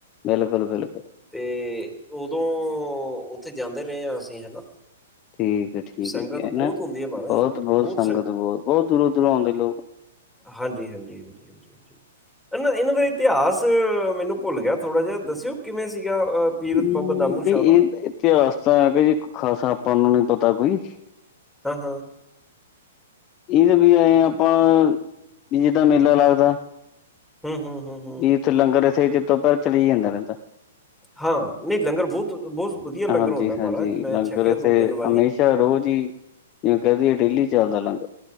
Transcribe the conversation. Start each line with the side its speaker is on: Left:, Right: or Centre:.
Left: ਬਿਲਕੁਲ ਬਿਲਕੁਲ
Centre: ਤੇ ਉਦੋ ਉੱਥੇ ਜਾਂਦੇ ਰੇਅ ਆ ਅਸੀਂ ਹਨਾ।
Left: ਠੀਕ-ਠੀਕ,
Centre: ਸੰਗਤ
Left: ਏ
Centre: ਬਹੁਤ
Left: ਨਾ
Centre: ਹੁੰਦੀ ਹੈ ਮਹਾਰਾਜ
Left: ਬਹੁਤ-ਬਹੁਤ
Centre: ਬਹੁਤ
Left: ਸੰਗਤ ਬਹੁਤ-ਬਹੁਤ ਦੂਰੋਂ-ਦੂਰੋਂ ਆਉਂਦੇ ਲੋਕ
Centre: ਹਾਂਜੀ-ਹਾਂਜੀ-ਹਾਂਜੀ। ਇਹ ਨਾ ਇਹਨਾਂ ਦਾ ਇਤਿਹਾਸ ਮੈਨੂੰ ਭੁੱਲ ਗਿਆ ਥੋੜਾ ਜਾ, ਦੱਸਿਓ ਕਿਵੇਂ ਸੀਗਾ ਅ ਪੀਰ
Left: ਹੂੰ
Centre: ਬਾਬਾ ਦਾਮੂ
Left: ਇਹ
Centre: ਸ਼ਾਹ ਦਾ
Left: ਇਤਿਹਾਸ ਤਾਂ ਬਈ ਖਾਸਾ ਆਪਾਂ ਨੂੰ ਨੀ ਪਤਾ ਬਈ।
Centre: ਹਾਂ-ਹਾਂ।
Left: ਇਹ ਤੇ ਵੀ ਐ ਆਪਾਂ, ਵੀ ਜਿੱਦਾਂ ਮੇਲਾ ਲੱਗਦਾ।
Centre: ਹੂੰ-ਹੂੰ-ਹੂੰ-ਹੂੰ।
Left: ਵੀ ਉੱਥੇ ਲੰਗਰ ਐਸੇ ਜੱਤੋ ਪੈਂਰ ਚਲੀ ਜਾਂਦਾ ਰਹਿੰਦਾ।
Centre: ਹਾਂ ਨਈ ਲੰਗਰ ਬਹੁਤ-ਬਹੁਤ ਵਧੀਆ ਲੰਗਰ
Left: ਹਾਂਜੀ
Centre: ਹੁੰਦਾ ਮਹਾਰਾਜ
Left: ਹਾਂਜੀ
Centre: ਮੈਂ
Left: ਲੰਗਰ
Centre: ਛਕਿਆ
Left: ਇੱਥੇ
Centre: ਦੋ ਤਿੰਨ ਵਾਰੀ
Left: ਹਮੇਸ਼ਾ ਰੋਜ਼ ਈ ਜਿਵੇਂ ਕਹਿ ਦੀਏ ਡੇਲੀ ਚੱਲਦਾ ਲੰਗਰ,